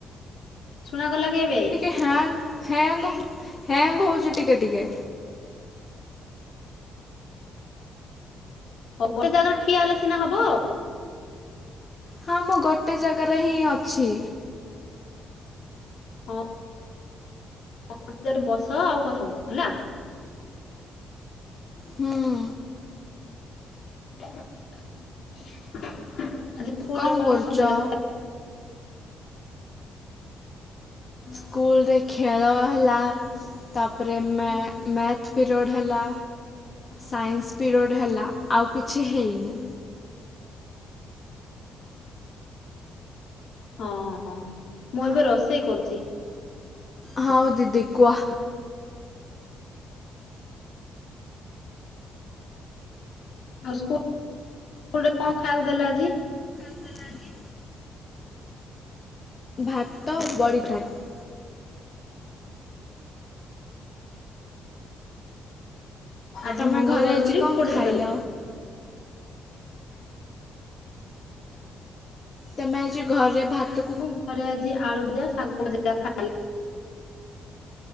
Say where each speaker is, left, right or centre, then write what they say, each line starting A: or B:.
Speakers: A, on the left (about 70°); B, on the left (about 35°).
A: ଶୁଣ ଗଲାକି ଏବେ?
B: ହ୍ୟାଙ୍ଗ ହ୍ୟାଙ୍ଗ ହ୍ୟାଙ୍ଗ ହେଉଚି ଟିକେ ଟିକେ।
A: ହଉ ଗୋଟେ ଜାଗାରେ ଠିଆ ହେଲେ ସିନା ହବ।
B: ହଁ ମୁଁ ଗୋଟେ ଜାଗାରେହିଁ ଅଛି।
A: ହଁ। ଗୋଟେ ଜାଗାରେ ବସ ଆଉ କଥା ହୁଅ ହେଲା।
B: ହୁଁ
A: <unintelligible>
B: କଁ କରୁଚ?
A: କଣ ସବୁ ହେଲା
B: ସ୍କୁଲରେ ଖେଳ ହେଲା ତାପରେ ମ୍ୟା-ମ୍ୟାଥ୍ ପିରିୟଡ଼୍ ହେଲା ସାଇନ୍ସ ପିରିୟଡ଼୍ ହେଲା ଆଉ କିଛି ହେଇନି।
A: ହଁ ଅଁ ମୁଁ ଏବେ ରୋଷେଇ କରୁଚି।
B: ହଉ ଦିଦି କୁଅ?
A: ଆଉ ସ୍କୁଲରେ <inaudible> ସ୍କୁଲରେ କଣ ଖାଇବାକୁ ଦେଲେ ଆଜି?
B: ଦେଲେ ଆଜି ଭାତ ବଢ଼ି <unintelligible>
A: ଆଜି
B: ତମେ
A: ମଙ୍ଗଳବାର
B: ଘରେ ଆଜି
A: ବୋଲି
B: କ'ଣ
A: ବଢ଼ି
B: ଖାଇଲ
A: ତରକାରି।
B: ତେମେ ଆଜି ଘରେ ଭାତ
A: ମୁଁ ଘରେ ଆଜି ଆଳୁ ଭଜା ଶାଗ ଭଜା ଖା